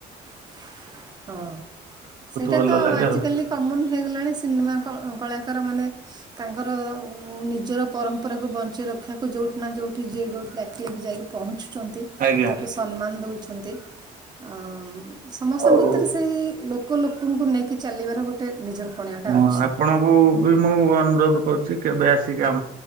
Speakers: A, on the right (about 25°); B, on the right (about 55°).
A: ହୁଁ ସେଇଟା
B: ଭଲ
A: ତ
B: ଲାଗେ
A: ଆଜିିକାଲି
B: ଆଉ
A: କମନ ହେଇଗଲାଣି ସିନେମା କଳା ତାର ମାନେ ତାଙ୍କ ତାଙ୍କର ନିଜର ପରମ୍ପରାକୁ ବଞ୍ଚେଇ ରଖିବାକୁ ଯେଉଁଠି ନା ଯେଉଁଠି ଯିଏ ଯେଉଠି ଡାକିଆସିବେ ଯାଇି ପହଞ୍ଚୁ
B: ଆଜ୍ଞା
A: ତାକୁ ସମ୍ମାନ ଦଉଛ ଅଛନ୍ତି ଆଉ <unintelligible> ସମସ୍ତଙ୍କ
B: ଆଉ
A: ଭିତରେ ସେଇ ଲୋକ ଲୋକ ଲୋକଙ୍କୁ ନେଇକି ଚାଲିବାର ଗୋଟେ ନିଜର ପଣିଆଟା
B: ହଁ
A: ଅଛି।
B: ଆପଣଙ୍କୁ ବି ମୁଁ ଅନୁରୋଧ କରୁଛି କେବେ ଆସିକି ଆପ